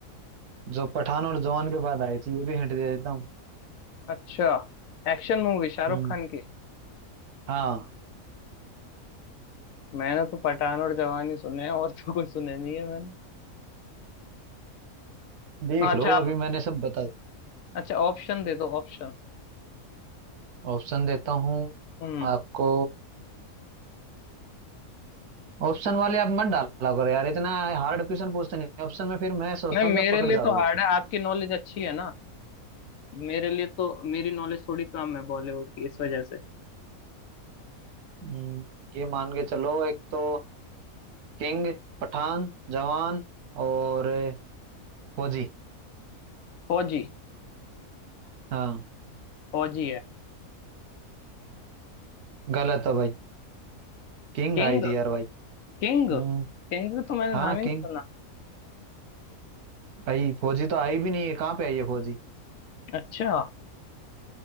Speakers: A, on the right; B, on the left.
A: जो पठान और जवान के बाद आई थी ये भी हिंट दे देता हूँ
B: अच्छा एक्शन मूवी शाहरुख
A: हम्म
B: खान की
A: हाँ
B: मैंने तो पठान और जवानी सुने हैं और तो कोई सुने नहीं है मैंने
A: देख
B: हाँ, अच्छा
A: लो
B: आप
A: अभी मैंने सब बता
B: अच्छा ऑप्शन दे दो ऑप्शन
A: ऑप्शन देता हूँ
B: हम्म
A: आपको ऑप्शन वाले आप मत डाला करो यार इतना हार्ड क्वेश्चन पूछते नहीं ऑप्शन में फिर मैं सोचता
B: नहीं
A: हूँ कि
B: मेरे
A: आप पकड़
B: लिए
A: जाओगे
B: तो हार्ड है आपकी नॉलेज अच्छी है ना मेरे लिए तो मेरी नॉलेज थोड़ी कम है बॉलीवुड की इस वजह से
A: हम्म, ये मान के चलो एक तो किंग पठान जवान और फौजी
B: फौजी
A: हाँ
B: फौजी है
A: गलत है भाई किंग
B: किंग
A: आई थी यार भाई
B: किंग
A: हम्म
B: किंग का तो मैंने
A: हाँ
B: नाम ही नहीं
A: किंग
B: सुना
A: भाई फौजी तो आई भी नहीं है कहाँ पे आई है फौजी
B: अच्छा